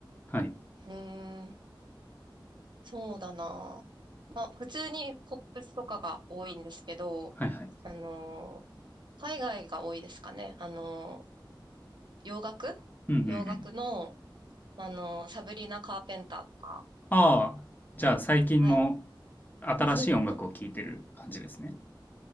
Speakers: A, on the left; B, on the right.
A: はい、
B: うーん、そうだな。まあ、普通にポップスとかが多いんですけど、
A: はいはい。
B: あの、海外が多いですかね。あの、洋楽
A: うんうんうん。
B: 洋楽の、あの、サブリナ・カーペンターとか、
A: ああ、じゃあ最近の
B: はい。
A: 新しい音楽を聴いてる感じですね。
B: <laughs>